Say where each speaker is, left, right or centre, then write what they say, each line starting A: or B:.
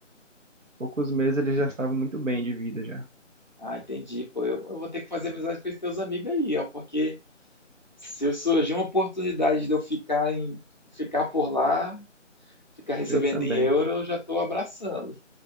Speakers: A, on the right (about 80°); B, on the left (about 40°).
A: poucos meses eles já estavam muito bem de vida já.
B: ah, entendi, pô. Eu, eu vou ter que fazer amizade com esses teus amigos aí, ó, porque se eu surgir uma oportunidade de eu ficar em, ficar por lá, ficar recebendo
A: Eu também,
B: em euro, eu já tô abraçando.